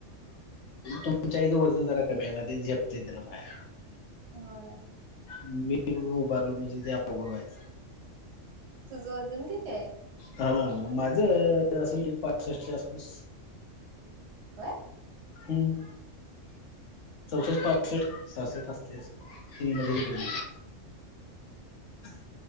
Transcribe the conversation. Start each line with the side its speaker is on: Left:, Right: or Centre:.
Left: तुमच्या इथं वजन जरा कमी आहे ना, ते झेपतेय त्याला पाहायला.
Right: होय.
Left: मी उभारलो म्हणजे ते, अवघड व्हायचं.
Right: तुझं वजन किती आहे.
Left: हां माझं असंल की, पासष्टच्या आसपास.
Right: काय.
Left: हम् चौसष्ट पासष्ट सासष्ट असते असं. <unintelligible>